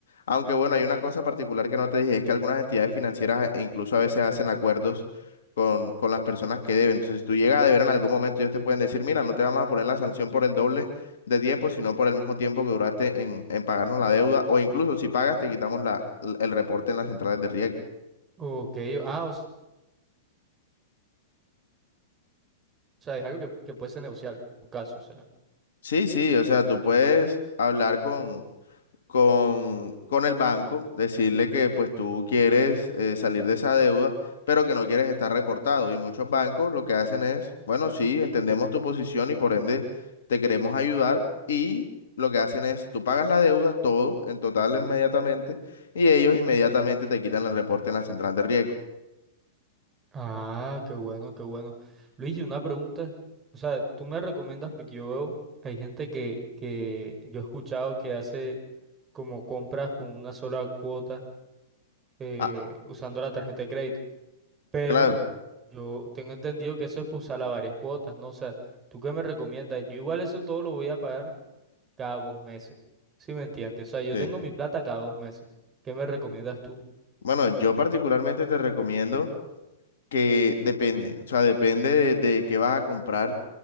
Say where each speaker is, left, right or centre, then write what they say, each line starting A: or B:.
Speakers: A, on the left (about 65°); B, on the right (about 25°).
A: Aunque bueno, hay una cosa particular que no te dije, es que algunas entidades financieras eh, incluso a veces hacen acuerdos con, con las personas que deben. Entonces, si tú llegas a deber en algún momento, ellos te pueden decir, mira, no te vamos a poner la sanción por el doble de tiempo, sino por el mismo tiempo que duraste en, en pagarnos la deuda, o incluso si pagas, te quitamos la, el el reporte en las centrales de riesgo.
B: Ok, ah, o s- o sea, es algo que, que puede ser negociable, en tu caso, o sea.
A: Sí, sí, o sea, tú puedes hablar con, con, con el banco, decirle que pues tú quieres eh, salir de esa deuda, pero que no quieres estar reportado. Y muchos bancos lo que hacen es, bueno, sí, entendemos tu posición y por ende te queremos ayudar y lo que hacen es, tú pagas la deuda, todo, en total inmediatamente, y ellos inmediatamente te quitan el reporte en la central de riesgo.
B: Ah, qué bueno, qué bueno. Luigi, una pregunta, o sea, tú me recomiendas porque yo veo, hay gente que, que yo he escuchado que hace como compras con una sola cuota eh,
A: Ah,
B: usando la tarjeta de crédito, pero
A: claro,
B: yo tengo entendido que eso es para usarla a varias cuotas, ¿no? O sea, ¿tú qué me recomiendas? Yo igual eso todo lo voy a pagar cada dos meses. ¿Sí me entiendes? O sea, yo
A: sí.
B: tengo mi plata cada dos meses. ¿Qué me recomiendas tú?
A: Bueno, yo particularmente te recomiendo que depende, o sea, depende de, de qué vas a comprar,